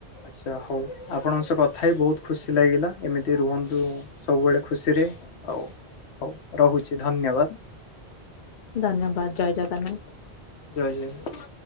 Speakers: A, on the left (about 80°); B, on the left (about 50°).
A: ଆଚ୍ଛା ହଉ ଆପଣଙ୍କ ସହ କଥା ହେଇ ବହୁତ ଖୁସି ଲାଗିଲା। ଏମିତି ରୁହନ୍ତୁ ସବୁବେଳେ ଖୁସିରେ ଆଉ। ହଉ ରହୁଛି ଧନ୍ୟବାଦ।
B: ଧନ୍ୟବାଦ ଜୟ ଜଗନ୍ନାଥ।
A: ଜୟ ଜଗନ୍ନାଥ।